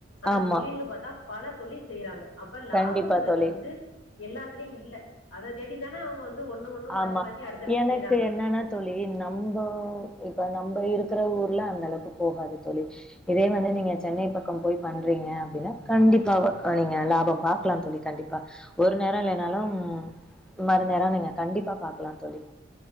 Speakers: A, on the left; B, in the centre.
A: ஆனா
B: ஆமா
A: தொழில்னு பாத்தா பல தொழில் செய்றாங்க அப்ப லாபங்கிறது
B: கண்டிப்பா தோழி
A: வந்து எல்லா துலயு இல்ல அத தேடி தான அவுங்க வந்து ஒண்ணு ஒண்ணு மாத்தி
B: ஆமா
A: மாத்தி அடுத்தடுத்து
B: எனக்கு
A: செய்றாங்க
B: என்னன்னா தோழி நம்ப இப்ப நம்ப இருக்கிற ஊர்ல அந்த அளவுக்கு போகாது தோழி இதே வந்து நீங்க சென்னை பக்கம் போய் பண்றீங்க அப்டின்னா கண்டிப்பா நீங்க லாபம் பாக்லா தோழி கண்டிப்பா ஒரு நேரொ இல்லைனாலும் மறு நேரொ நீங்க கண்டிப்பா பாக்லா தோழி